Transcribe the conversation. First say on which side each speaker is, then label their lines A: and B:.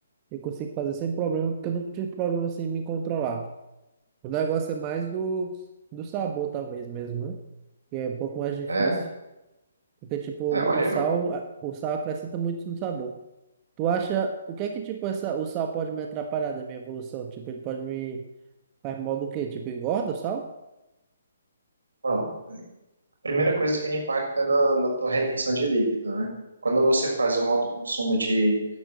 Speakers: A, on the right; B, on the right.
A: eu consigo fazer sem problema, porque eu nunca tive problema, assim, em me controlar. O negócio é mais do, do sabor, talvez mesmo, né? Que é um pouco mais difícil,
B: É,
A: porque, tipo, o
B: é olha,
A: o sal,
B: eu,
A: a- o sal acrescenta muito no sabor. Tu acha, o que é que, tipo, essa, o sal pode me atrapalhar na minha evolução? Tipo, ele pode me, faz mal do quê? Tipo, engorda o sal?
B: ó, a primeira coisa que ele impacta na, na tua retenção de líquido, né? Quando você faz um alto consumo de